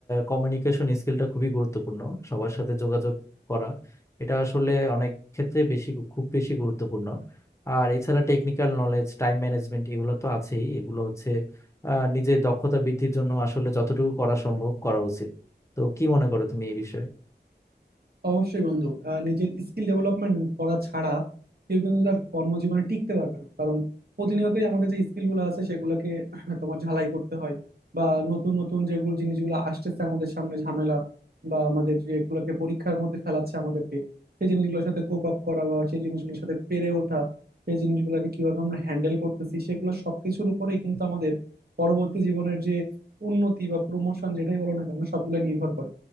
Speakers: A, on the left; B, on the right.
A: কমিউনিকেশন স্কিলটা খুবই গুরুত্বপূর্ণ সবার সাথে যোগাযোগ করা এটা আসলে অনেক ক্ষেত্রে বেশি গু- খুব বেশি গুরুত্বপূর্ণ আর এছাড়া টেকনিক্যাল নলেজ টাইম ম্যানেজমেন্ট এগুলো তো আছেই এগুলো হচ্ছে আহ, নিজের দক্ষতা বৃদ্ধির জন্য আসলে যতটুকু করা সম্ভব করা উচিত তো কি মনে করো তুমি এই বিষয়ে
B: অবশ্যই বন্ধু আহ, নিজের স্কিল ডেভেলপমেন্ট করা ছাড়া কেউ কিন্তু তার কর্মজীবনে টিকতে পারবে না কারণ প্রতিনিয়তই আমাদের যে স্কিল গুলো আছে সেগুলোকে <clears throat> তোমার ঝালাই করতে হয় বা নতুন নতুন যেগুলো জিনিসগুলো আসতেছে আমাদের সামনে ঝামেলা বা আমাদের যেগুলোকে পরীক্ষার মধ্যে ফেলাচ্ছে আমাদেরকে সেই জিনিসগুলোর সাথে কোপ আপ করা বা সেই জিনিসগুলোর সাথে পেরে ওঠা সেই জিনিসগুলোকে কিভাবে আমরা হ্যান্ডেল করতেছি সেগুলো সবকিছুর উপরেই কিন্তু আমাদের পরবর্তী জীবনের যে উন্নতি বা প্রমোশন যেটাই বলো না কেন সবগুলো নির্ভর করে